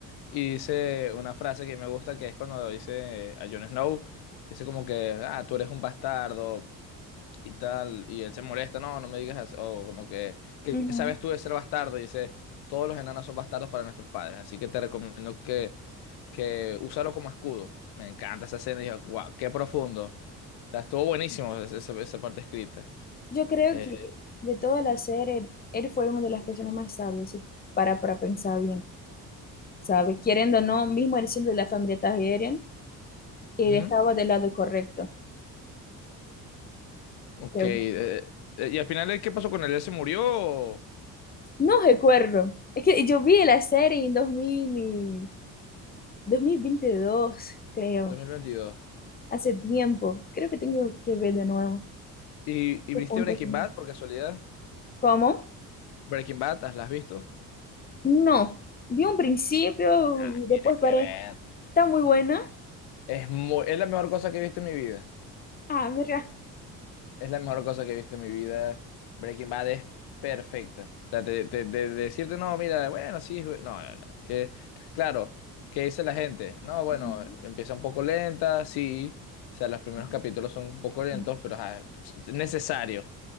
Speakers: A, on the left (about 55°); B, on the left (about 20°).
A: Y dice una frase que me gusta, que es cuando dice a Jon Snow, dice como que, ah, tú eres un bastardo y tal, y él se molesta, no, no me digas eso, o como que, ¿qué
B: Ujú.
A: sabes tú de ser bastardo? Y dice, todos los enanos son bastardos para nuestros padres, así que te recomiendo que, que úsalo como escudo. Me encanta esa escena, y dije, wow, qué profundo. O sea, estuvo buenísimo esa, esa- esa parte escrita.
B: Yo creo
A: Eh,
B: que de toda la serie, él, él fue una de las personas más sabias, si para, para pensar bien, ¿sabe? Queriendo o no, mismo él siendo de la familia Targaryen, él
A: ujú,
B: estaba del lado correcto,
A: ok,
B: creo
A: eh,
B: yo.
A: eh, y al final, ¿qué pasó con él? ¿Él se murió o-
B: No recuerdo. Es que yo vi la serie en 2000 y 2022 creo,
A: dos mil veintidós
B: hace tiempo. Creo que tengo que ver de nuevo.
A: ¿Y,
B: Su
A: y viste
B: punto
A: Breaking
B: final.
A: Bad por casualidad?
B: ¿Cómo?
A: Breaking Bad, ¿las has visto?
B: No. Vi un principio
A: Nah,
B: y
A: tienes
B: después
A: que
B: paré.
A: ver.
B: Está muy buena.
A: Es muy, es la mejor cosa que he visto en mi vida.
B: Ah, mira.
A: Es la mejor cosa que he visto en mi vida. Breaking Bad es perfecta. O sea, te- te- de, decirte, no, mira, bueno, sí, ju- no, no, no. Que, claro, ¿qué dice la gente? No, bueno,
B: Ujú,
A: empieza un poco lenta, sí. O sea, los primeros
B: ujú.
A: capítulos son un poco lentos,
B: Sí.
A: pero ajá, es es necesario.